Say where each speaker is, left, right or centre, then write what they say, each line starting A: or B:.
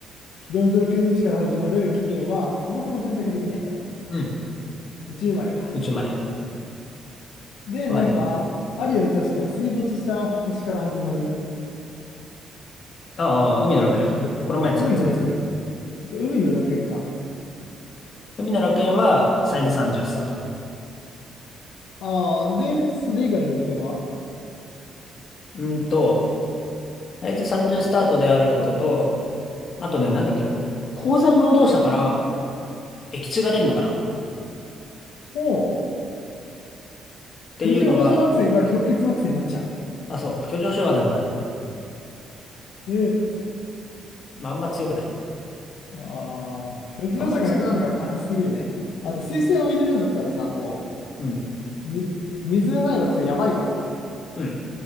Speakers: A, on the left (about 75°); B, on the left (about 35°).
A: 非同情居住地から始まる起源は、そもそも選択できないと。
B: うん。
A: 宇宙生まれか。
B: 宇宙まで
A: で、
B: はできない。
A: なんか、アリアで確か水没した星から始まる
B: ああ、海の楽園この前使ってたやつ。
A: 起源。海の楽園。そっか、海の楽園か。
B: 海の楽園はサイズ30スタート。
A: ああ、で、それ以外の利点は
B: うんと、サイズ30スタートであることと、あとね、
A: うん。
B: なんだっけな。鉱山労働者から液中が出るのかなっ
A: も
B: ていうのが、
A: う、居住保障惑星が氷結惑星になっちゃ
B: あ、そう、居上症はなくなる。
A: う。で、
B: まあ、あんま強くない。
A: ああ、居住保障がなくなるのが悲しすぎるね。
B: あんま強くない。
A: あと、水星を入れるんだったらさ、も
B: うん、
A: う、み、水がない惑星やばいわけじゃん。
B: うん、